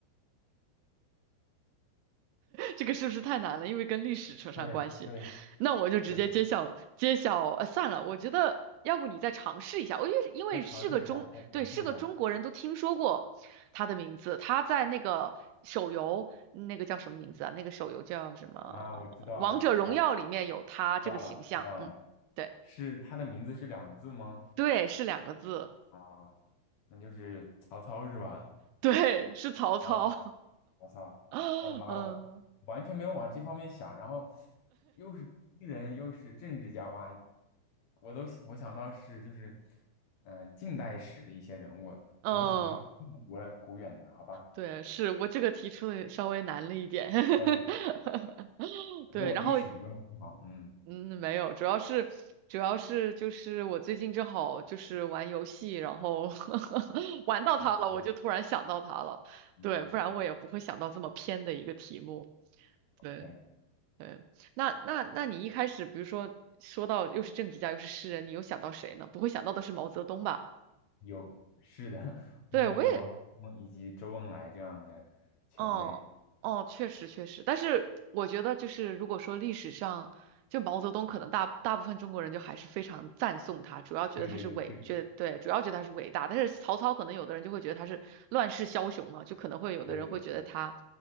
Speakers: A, on the right; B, on the left.
A: 这个是不是太难了？因为跟历史扯上关系，
B: 对对
A: 那我就直接揭晓揭晓。
B: 对，
A: 呃，算了，我觉得要不你再尝试一下。我觉得因为是个中，
B: 再尝试一下，再尝试一下
A: 对，是个中国人都听说过他的名字。他在那个手游，那个叫什么名字啊？那个手游叫什么？
B: 啊！我知道了，
A: 《王者荣耀》里面有他这个形象。
B: 我知道了，我知道了，我知道了。
A: 嗯，对
B: 是他的名字是两个字吗？
A: 对，是两个字，
B: 啊，那就是曹操是吧？
A: <laughs> 对，是曹操。
B: 哦。我操，
A: <laughs>
B: 我的妈，
A: 嗯
B: 我完全没有往这方面想，然后又是诗人又是政治家，哇，我都我想到是就是嗯、呃近代史的一些人物，
A: 嗯，
B: 没有想到是这么古古远的，好吧，
A: 对，是我这个提出的稍微难了一点。<laughs>
B: 没关系，可能我历史也没有很好，
A: 对，然后
B: 嗯，
A: 嗯，没有，主要是主要是就是我最近正好就是玩游戏，然后 <laughs> 玩到它了，
B: 好，这个
A: 我就突然想到它了。
B: 嗯，
A: 对，不然我也不会想到这么偏的一个题目。
B: 嗯
A: 对
B: 对，
A: 对，那那那你一开始，比如说说到又是政治家又是诗人，你又想到谁呢？不会想到的是毛泽东吧？
B: 有是的，<laughs>
A: 对，
B: 我想到是毛泽东以及周恩来这样的前辈，
A: 我也哦哦，确实确实，但是我觉得就是如果说历史上，就毛泽东可能大大部分中国人就还是非常赞颂他，主要觉得他是伟，
B: 对对对，确实，
A: 觉对，主要觉得他是伟大。但是曹操可能有的人就会觉得他是乱世枭雄嘛，就可能会有的人会觉得他，
B: 对对对，